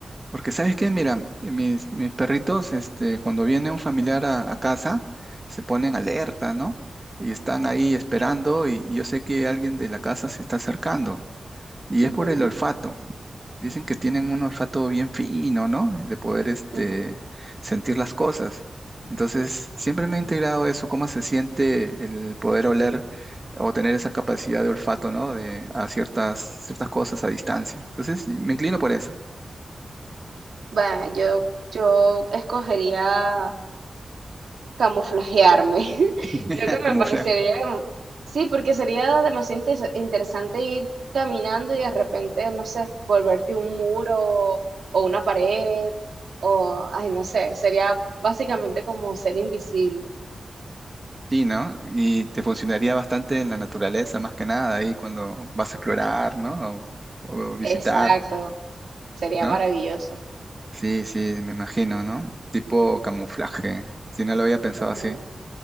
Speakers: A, on the right (about 20°); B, on the right (about 75°).
A: Porque, ¿sabes qué? Mira, mis, mis perritos, este, cuando viene un familiar a, a casa, se ponen alerta, ¿no? Y están ahí esperando y, y yo sé que alguien de la casa se está acercando. Y
B: ujú,
A: es por el olfato. Dicen que tienen un olfato bien fino, ¿no? De poder, este,
B: ujú.
A: sentir las cosas. Entonces, siempre me ha integrado eso, cómo se siente el poder oler o tener esa capacidad de olfato, ¿no? De a ciertas, ciertas cosas a distancia. Entonces, me inclino por esa,
B: Va, yo, yo escogería camuflajearme. <laughs>
A: <laughs>
B: Creo que
A: camuflar.
B: me parecería, sí, porque sería demasiado intes- interesante ir caminando y de repente, no sé, volverte un muro o, una pared o, ay, no sé, sería básicamente como ser invisible.
A: Sí, ¿no? Y te funcionaría bastante en la naturaleza, más que nada, ahí cuando vas a explorar, ¿no? O, o visitar,
B: Exacto, sería
A: ¿no?
B: maravilloso.
A: Sí, sí, me imagino, ¿no? Tipo camuflaje. Si no lo había pensado
B: Ujú.
A: así.